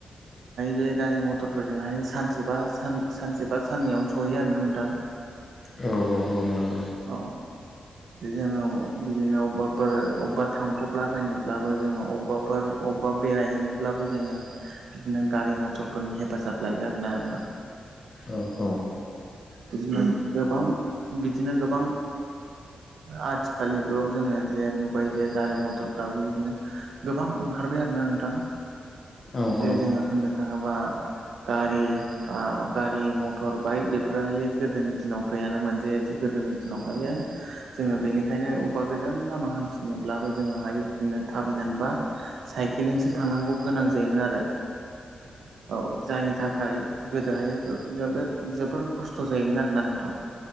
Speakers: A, on the right; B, on the left.
A: बे गारि - मथरफोरजोंहाय सानसेबा सान सानसेबा साननैयावनो सहैयो आरो नोंथां
B: औ - औ - औ नंगौ
A: औ जोङो बिदिनो अबेबाफोर अबेबा थांब्रबला बायनोब्लाबो जोङो अबेबाफोर अबेबा बेरायहैनोब्लाबो जोङो बिदिनो गारि - मथरफोरनि हेफाजाब लायो आरोना नोंथां
B: औ- औ
A: बिदिनो गोबां बिदिनो गोबां आथिखालनि जुगाव जोङो जे नुबाय जे गारि - मथरफ्राबो बिदिनो गोबां ओंखार बैआरोना नोंथां
B: औ
A: जे
B: औ
A: जोंङो होननो थांङोबा गारि ओ गारि मटर बाइक बेफोरहाय गोदोनि दिनाव गैयानो जे जों गोदोनि दिनावहायो जोंङो बेनिखायनो अबेबा गोजान लामा हान्थिनोब्लाबो जोंङोहायो बिदिनो थाबायनानैबा साइ खिलिंसो थांनांगौ गोनां जायोमोन आरो औ जायनि थाखाय गोदोहाय नोगोद जोबोर खस्थ जायोमोन आरोना नोंथां